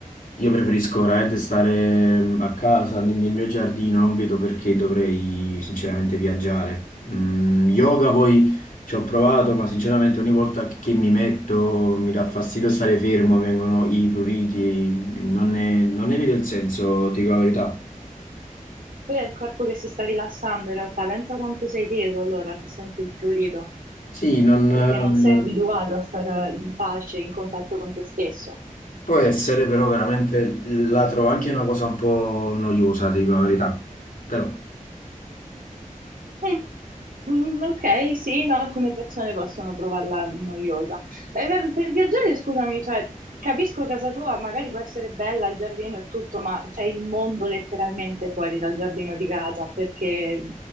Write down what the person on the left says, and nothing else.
io preferisco veramente stare mm, a casa, nel, nel mio giardino, non vedo perché dovrei sinceramente viaggiare. Mm, yoga poi ci ho provato, ma sinceramente ogni volta che mi metto mi dà fastidio stare fermo, vengono i pruriti, e non ne, non ne vedo il senso, dico la verità.
Sì, non,
ehm,
può essere però veramente la trovo anche una cosa un po' noiosa, ti dico la verità. Però.